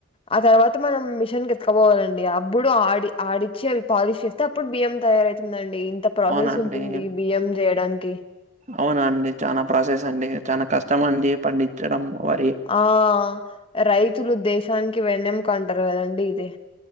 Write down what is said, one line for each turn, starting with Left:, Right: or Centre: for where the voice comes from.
Left: ఆ తర్వాత మనం మిషన్ కి ఎత్తుకపోవాలండి అప్పుడు ఆడి ఆడించి అవి పాలిష్ చేస్తే అప్పుడు బియ్యం తయ అవుతుందండి ఇంత ప్రాసెస్
Right: అవునండి
Left: ఉంటుంది బియ్యం చేయడానికి
Right: అవునా అండి చానా ప్రాసెస్ అండి చానా కష్టమ అండి పండించడం వరి
Left: ఆ రైతులు దేశానికి వెన్నెముక అంటారు కదండి ఇదే